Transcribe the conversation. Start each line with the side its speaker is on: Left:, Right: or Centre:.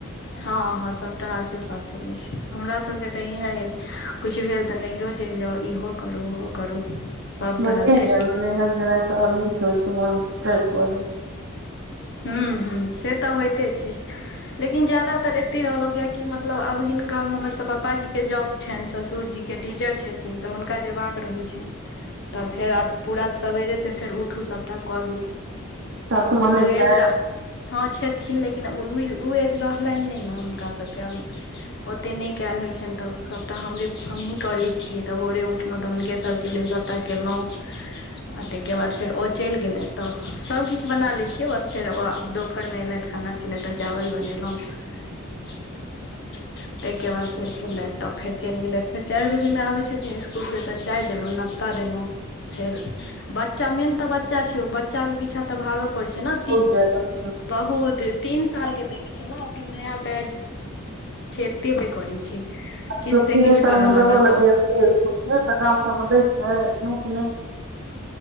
Left: हँ हँ सबटा आसे पासे अछि हमरा सबके तऽ इएह अछि कुछु भेल तऽ नहिरो चलि जाउ इहो करू ओहो करू सब
Right: बबढ़ियाँ
Left: तरह के
Right: ये न नइहर जेनाइ तऽ आओर नीक होइ छै मन फ्रेश भऽ जाय छै
Left: हुँ हुँ से तऽ होइते छै लेकिन ज्यादातर एत्तै रहलौं कियेकि की मतलब आब हिनका हमर सब पापाजी के जॉब छनि ससुर जी के टीचर छथि छथिन तऽ हुनका जेबाक रहै छनि। तऽ फेर आब पूरा सवेरेसँ फेर उठू सभटा करू
Right: सासू
Left: आ
Right: मानै
Left: उ एज
Right: छथि
Left: हँ छथिन लेकिन उ एज रहलनि नय न हुनका सभ सभके हम ओते नय केल होइ छनि तऽ सभटा हमरे हमहीँ करै छियै तऽ भोरे उठलौं तऽ हुनके सभ के लेल सभटा केलौं आ ताहिके बाद फेर ओ चलि गेलै तऽ सभकिछु बना लै छियै बस फेर दोपहर मे एलथि खाना खेलथि आ चावल बनेलौं <inaudible> तइके बाद फेर खेलथि तब फेर चलि गेलथि फेर चारि बजेमे आबै छथिन इसकुलसँ तऽ चाय देलौं नश्ता ता देलौं फेर बच्चा मेन तऽ बच्चा छै ओ बच्चा के पीछा तऽ भागय पड़ै छै न
Right: जयदा हँ।
Left: बहुत तीन साल के तइ मे छै न अखनि नया पेर छै एते बेर करै छै किछु
Right: लोक
Left: से
Right: तीने
Left: किछु
Right: साल
Left: करय
Right: मे
Left: लागत
Right: देबऽ लगलैये प्ले स्कूल गाम सबमे दै छै एखनो की नय